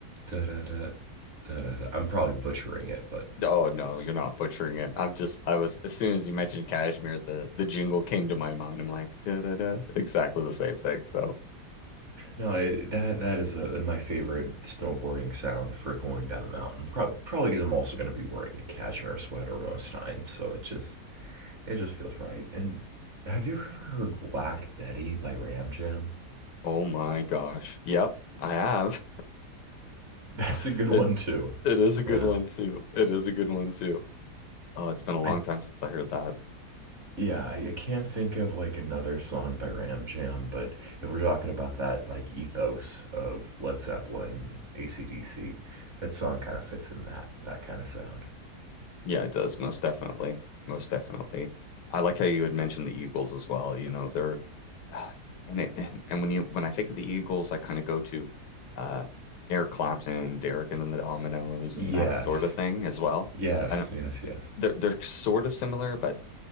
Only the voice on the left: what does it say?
Oh no, you're not butchering it. I'm just I was as soon as you mentioned cashmere, the the jingle came to my mind. I'm like, da da da, exactly the same thing. So,
oh my gosh. Yep, I have.
<laughs>
It
it is a good
one too. It is a good one too. Oh, it's been a long
time since I heard that.
Yeah, it does, most definitely. Most definitely. I like how you had mentioned the Eagles as well. You know, they're ah, and it, and, and when you when I think of the Eagles, I kind of go to uh Eric Clapton, Derek and then the Dominoes
and that sort of thing as well.
I don't
they're they're sort of similar, but